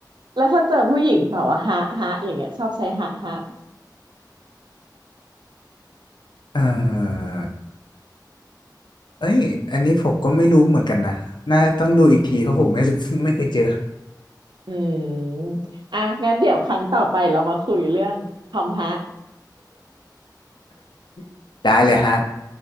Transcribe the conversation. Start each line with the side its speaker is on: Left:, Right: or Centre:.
Right: แล้วถ้าเจอผู้หญิงแบบว่าฮะฮะอย่างเงี้ยชอบใช้ฮะฮะ
Left: เออเอ้ยอันนี้ผมก็ไม่รู้เหมือนกันนะน่าต้องดูอีกทีเพราะผมไม่ไม่เคยเจอ
Right: อืมอ่ะงั้นเดี๋ยวครั้งต่อไปเรามาคุยเรื่องคำฮะ
Left: <laughs> ได้เลยฮะ